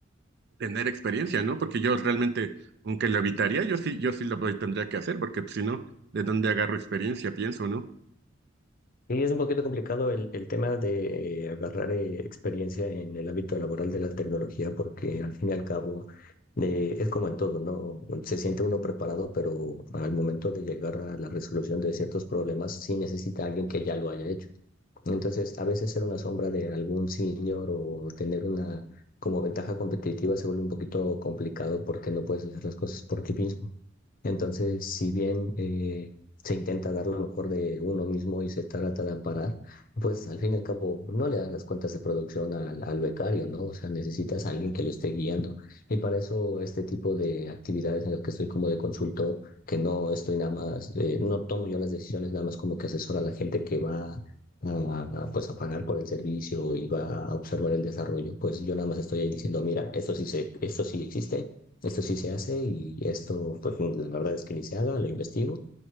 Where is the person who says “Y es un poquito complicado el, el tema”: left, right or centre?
Left